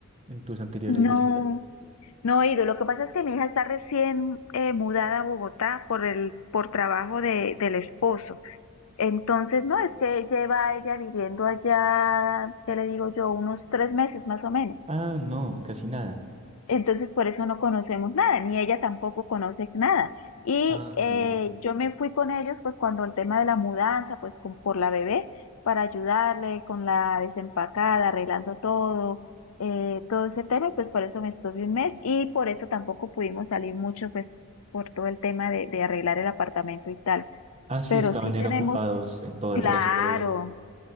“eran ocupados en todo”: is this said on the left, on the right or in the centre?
Right